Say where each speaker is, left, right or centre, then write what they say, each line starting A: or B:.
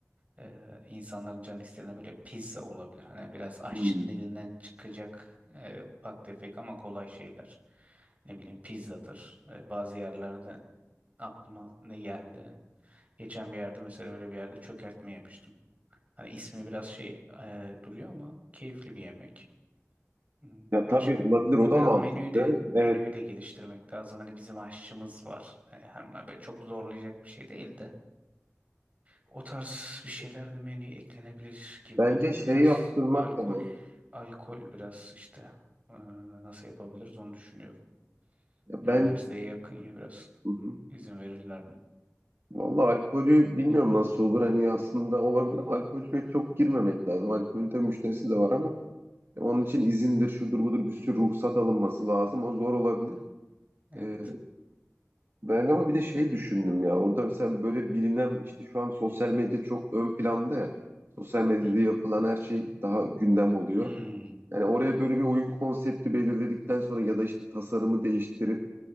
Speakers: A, on the right; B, on the right.
A: e, insanların canı istediğine böyle pizza olabilir hani biraz aşçının
B: Hmm.
A: elinden çıkacak e, ufak tefek ama kolay şeyler ne bileyim pizzadır E, bazı yerlerde aklıma ne geldi geçen bir yerde mesela öyle bir yerde çökertme yemiştim hani ismi biraz şey e, duruyor ama keyifli bir yemek. Hmm,
B: Ya
A: Başka
B: tabii olabilir
A: ne olabilir?
B: o da
A: Biraz
B: mantıklı.
A: menüyü de
B: Evet
A: menüyü de geliştirmek lazım. Hani bizim aşçımız var. E, Hem böyle çok zorlayacak bir şey değil de. O tarz bir şeyler de menüye eklenebilir gibime
B: bence
A: geliyor.
B: şey
A: Biraz
B: yaptırmak
A: alkol,
B: da mantıklı.
A: alkol biraz işte e, nasıl yapabiliriz onu düşünüyorum.
B: Ya
A: Üniversiteye
B: ben
A: yakın ya biraz
B: hı hı.
A: izin verirler mi?
B: Vallahi alkolü bilmiyorum nasıl olur hani aslında olabilir ama alkolü çok girmemek lazım. Alkolün tabii müşterisi de var ama onun için izindir şudur budur bir sürü ruhsat alınması lazım. O zor olabilir.
A: Evet.
B: Ee, Ben ama bir de şey düşündüm ya orada mesela böyle bilinen işte şu an sosyal medya çok ön planda ya. Sosyal medyada
A: Hı hı.
B: yapılan her şey daha gündem oluyor.
A: Hmm.
B: Yani oraya böyle bir oyun konsepti belirledikten sonra ya da işte tasarımı değiştirip